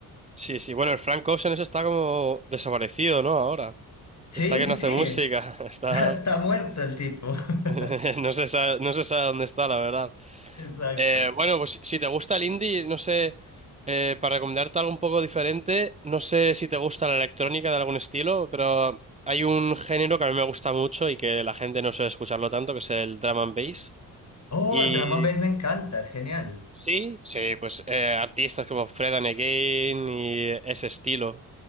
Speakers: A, on the right; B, on the left.
A: Sí, sí, bueno, el Frank Ocean ese está como desaparecido, ¿no? Ahora.
B: Sí,
A: Está que
B: sí,
A: no hace
B: sí.
A: música, <laughs> está...
B: <laughs> Está muerto el tipo. <laughs>
A: <laughs> No se sabe- no se sabe dónde está, la verdad.
B: Exacto.
A: Eh, bueno, pues si te gusta el indie, no sé, eh, para recomendarte algo un poco diferente, no sé si te gusta la electrónica de algún estilo, pero hay un género que a mí me gusta mucho y que la gente no suele escucharlo tanto, que es el drum and bass.
B: Oh,
A: Y
B: Drama Base me encanta, es genial.
A: sí, sí, pues eh, artistas como Fred and Again y ese estilo,